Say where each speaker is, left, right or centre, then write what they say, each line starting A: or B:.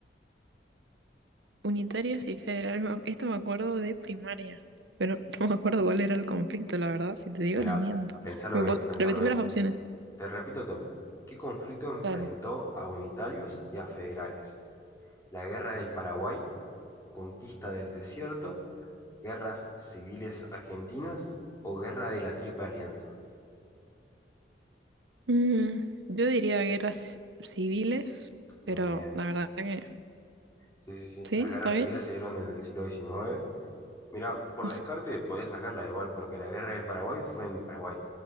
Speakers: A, on the right (about 80°); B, on the left (about 15°).
A: Unitarios y federales. me ac- Esto me acuerdo de primaria, pero <laughs> no me acuerdo cuál era el conflicto, la verdad. Si te digo,
B: Mirá,
A: te miento.
B: pensalo
A: Me
B: bien,
A: puedes-
B: pensalo
A: repetime
B: bien.
A: las opciones.
B: Te repito todo. ¿Qué conflicto enfrentó
A: Dale.
B: a unitarios y a federales? La Guerra del Paraguay, conquista del desierto, guerras civiles argentinas o guerra de la Triple Alianza.
A: Mm, yo diría guerras civiles, pero
B: Muy bien.
A: la verdad que
B: Sí, sí, sí.
A: sí,
B: Las guerras
A: está bien.
B: civiles se dieron en el siglo XIX. Mira, por
A: No
B: descarte podía sacarla igual, porque la Guerra del Paraguay fue en Paraguay.